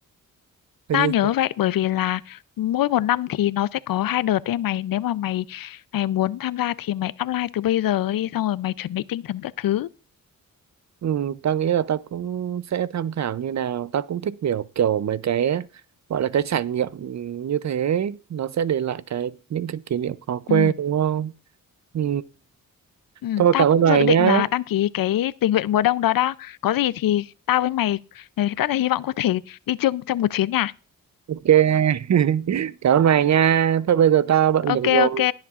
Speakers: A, on the right; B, on the left.
A: hình
B: Tao
A: như
B: nhớ vậy bởi vì là mỗi một năm thì nó sẽ có hai đợt đấy mày nếu mà mày mày muốn tham gia thì mày apply từ bây giờ đi xong rồi mày chuẩn bị tinh thần các thứ
A: ừ, ta nghĩ là ta cũng sẽ tham khảo như nào ta cũng thích kiểu kiểu mấy cái gọi là cái trải nghiệm như thế nó sẽ để lại cái những cái kỷ niệm khó quên
B: ừ.
A: đúng không ừ.
B: ừ
A: thôi
B: tao
A: cảm
B: cũng
A: ơn mày
B: dự định
A: nhá
B: là đăng ký cái tình nguyện mùa đông đó đó có gì thì tao với mày ừ, rất là hy vọng có thể đi chung trong một chuyến nhà
A: ok <laughs> cảm ơn mày nha thôi bây giờ tao bận việc
B: ok
A: rồi
B: ok